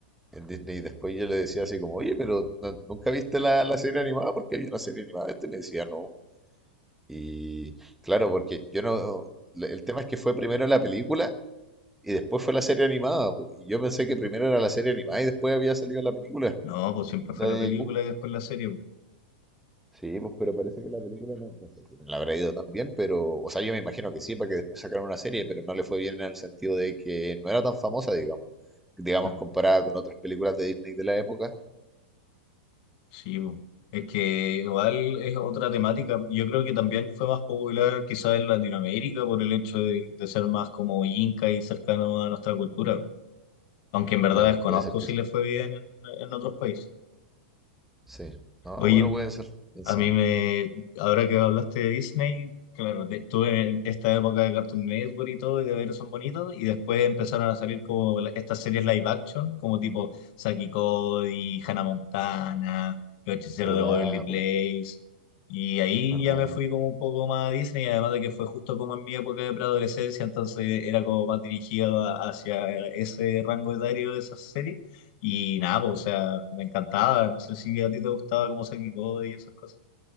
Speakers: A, in the centre; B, on the left.
A: en Disney y después yo le decía así como, oye, pero no- ¿nunca viste la, la serie animada? Porque hay una serie animada. Este me decía, no. Y claro, porque yo no... la- El tema es que fue primero la película y después fue la serie animada. po, Y yo pensé que primero era la serie animada y después había salido la película,
B: No, pues siempre
A: la
B: fue
A: de
B: la película
A: Cusco.
B: y después la serie, pues,
A: Sí, pues, pero parece que la película no, no sé si no. No le habrá ido tan bien, pero, o sea, yo me imagino que sí, para que después sacaran una serie, pero no le fue bien en el sentido de que no era tan famosa, digamos, digamos,
B: claro.
A: comparada con otras películas de Disney de la época.
B: Sí, po. es que igual es otra temática. Yo creo que también fue más popular quizás en Latinoamérica por el hecho de, de ser más como inca y cercano a nuestra cultura. Aunque en verdad
A: Claro,
B: desconozco
A: puede ser que
B: si
A: s-
B: le fue bien en, en otros países.
A: sí. No,
B: Oye,
A: bueno, puede ser, quién
B: a
A: sabe.
B: mí me, ahora que hablaste de Disney, claro, te- tuve esta época de Cartoon Network y todo, y de ver esos bonitos, y después empezaron a salir como la- estas series live action, como tipo Saki y Cody, Hannah Montana, Los Hechiceros
A: ¿Verdad,
B: de Waverly Place,
A: po?
B: y ahí
A: ¿Verdad?
B: ya me fui como un poco más a Disney, además de que fue justo como en mi época de preadolescencia, entonces era como más dirigido a- hacia ese rango etario de esas series, y nada, pues, o sea, me encantaba, no sé si a ti te gustaba como Saki y Cody y esas cosas.